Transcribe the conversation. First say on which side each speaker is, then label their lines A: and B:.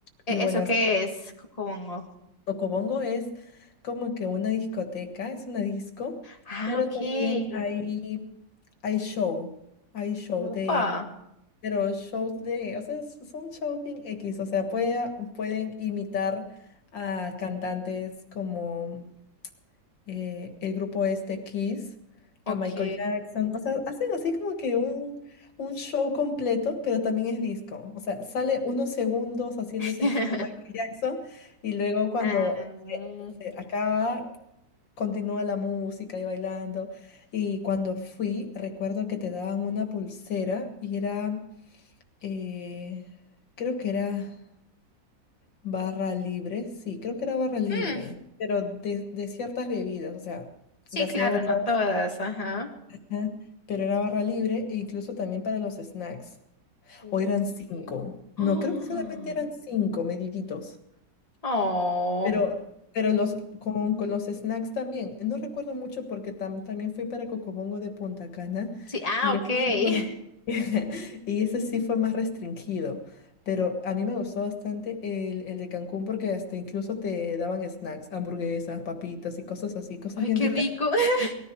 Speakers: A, on the left; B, on the left.
A: ¿E-
B: y bueno,
A: ¿Eso
B: as-
A: qué es, Cocobongo?
B: Cocobongo es como que una discoteca, es una disco,
A: Ah,
B: pero
A: ok.
B: también hay, hay show, hay show
A: Upa.
B: de, pero shows de, o sea, s- son shows bien X, o sea, puede- pueden imitar a cantantes como eh, el grupo este Kiss,
A: Ok.
B: a Michael Jackson. O sea, hacen así como que un, un show completo, pero también es disco. O sea, sale unos segundos haciendo
A: <laughs>
B: ese show Michael Jackson y luego cuando
A: Ah,
B: se, se acaba, continúa la música y bailando. Y cuando fui, recuerdo que te daban una pulsera y era, eh, creo que era... Barra libre, sí, creo que era barra libre,
A: hmm,
B: pero de, de ciertas bebidas, o sea,
A: Sí,
B: gaseosas,
A: claro, no todas. Ajá.
B: y- ajá, pero era barra libre, e incluso también para los snacks.
A: Uh.
B: O eran cinco. No,
A: Oh.
B: creo que solamente eran
A: <gasps>
B: cinco, mediditos.
A: Oh,
B: Pero, pero los, con, con los snacks también. No recuerdo mucho porque tam- también fui para Cocobongo de Punta Cana
A: sí, ah,
B: y
A: ok.
B: ese sí fue,
A: <laughs>
B: <laughs> y ese sí fue más restringido. Pero a mí me gustó bastante el, el de Cancún porque hasta incluso te daban snacks, hamburguesas, papitas y cosas así, cosas
A: Ay,
B: bien
A: qué
B: ricas.
A: rico. <laughs>